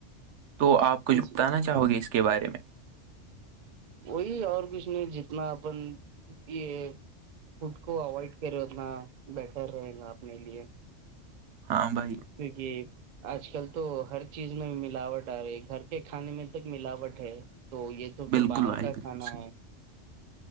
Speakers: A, on the right (about 75°); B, on the right (about 60°).
A: تو آپ کچھ
B: جی
A: بتانا چاہو گے اس کے بارے میں
B: وہی اور کچھ نہیں جتنا اپن یہ فڈ کو اوائڈ کرے اتنا بیٹر رہے گا اپنے لیے
A: ہاں بھائی
B: کیکہ آج کل تو ہر چیز میں ملاوٹ آ رہی ہے گھر کے کھانے میں تک ملاوٹ ہے تو یہ تو پھر
A: بالکل
B: باہر
A: بھائی
B: کا
A: بالکل
B: کھانا
A: صحیح
B: ہے